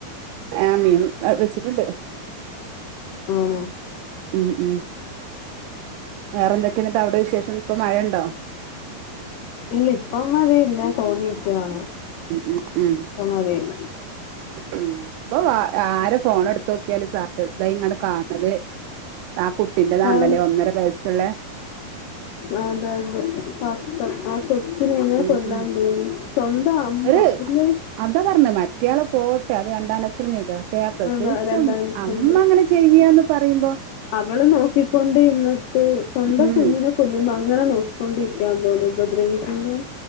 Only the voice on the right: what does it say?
ഏഹ് മീൻ വെച്ചിട്ടുണ്ട്.
ഉം ഉം. വേറെ എന്തക്കെയെന്നിട്ട് അവിടെ വിശേഷം ഇപ്പം മഴയുണ്ടോ?
ഉം ഉം
ഉം ഇപ്പം വ ആരെ ഫോണെ ടുത്തു. ക്കെലും സാധത ഇങ്ങ കാണത് ആ കുട്ടിന്റെതാണല്ലേ
ഒന്നര വയസ്സുള്ളേ-
ഉം
ഒരു
അതാ പറഞ്ഞെ മറ്റയാള് പോട്ടെ അത് രണ്ടാൻ അച്ഛൻ പക്ഷെ പ്രസച്ച
അമ്മ
അങ്ങനെ ചെ ചെയ്യാന്ന് പറയുമ്പോ?
ഉം